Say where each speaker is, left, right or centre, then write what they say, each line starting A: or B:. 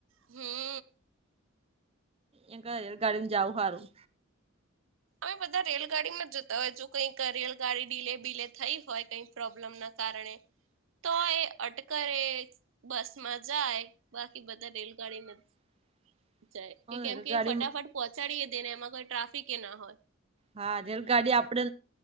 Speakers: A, on the right; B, on the right.
A: હે.
B: એ કત રેલ ગાડી જાવું હારું.
A: અમે બધા રેલગાડી માં જતા હોય છું કઈક રેલગાડી ડીલે બીલે થઈ હોય કઈક. પ્રોબ્લેમ ના કારણે. તોય અટકરે બસ માં જાય બાકી બધા રેલગાડી નથી.
B: <inaudible>
A: જ કે કેમ
B: રેલગાડી
A: કે ફટાફટ પહોંચાડીએે દે ને એમાં કોઈ ટ્રાફિક એ ના હોય.
B: હા જ ગાડી આપડે